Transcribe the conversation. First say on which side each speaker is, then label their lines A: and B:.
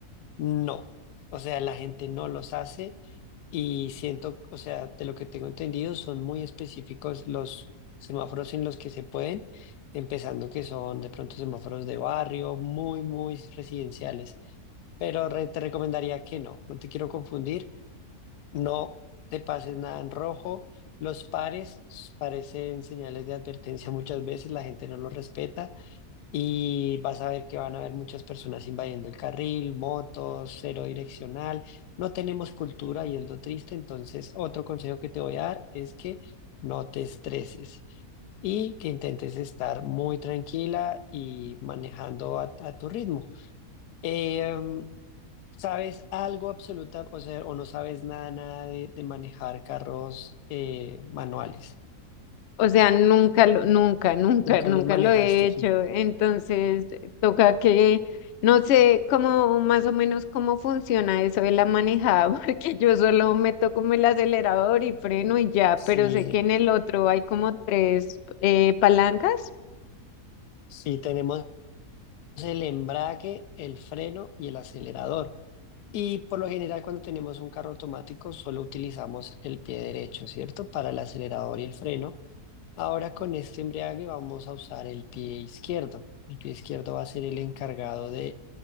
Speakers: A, on the left; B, on the left.
A: no. O sea, la gente no los hace y siento, o sea, de lo que tengo entendido, son muy específicos los semáforos en los que se pueden, empezando que son de pronto semáforos de barrio, muy, muy residenciales. Pero re- te recomendaría que no, no te quiero confundir, no te pases nada en rojo. Los pares s- parecen señales de advertencia muchas veces, la gente no los respeta y vas a ver que van a haber muchas personas invadiendo el carril, motos, cero direccional. No tenemos cultura y es lo triste. Entonces, otro consejo que te voy a dar es que no te estreses y que intentes estar muy tranquila y manejando a, a tu ritmo. Eh, ¿sabes algo absoluta, o sea, o no sabes nada, nada de, de manejar carros eh, manuales?
B: O sea, nunca lo, nunca, nunca,
A: Nunca
B: nunca
A: los manejaste.
B: lo he hecho. Entonces, toca que, no sé cómo, más o menos cómo funciona eso de la manejada, <laughs> porque yo solo meto como el acelerador y freno y ya,
A: Sí,
B: pero sé que en el otro hay como tres eh, palancas.
A: sí, tenemos el embrague, el freno y el acelerador. Y por lo general cuando tenemos un carro automático solo utilizamos el pie derecho, ¿cierto? Para el acelerador y el freno. Ahora con este embrague vamos a usar el pie izquierdo. El pie izquierdo va a ser el encargado de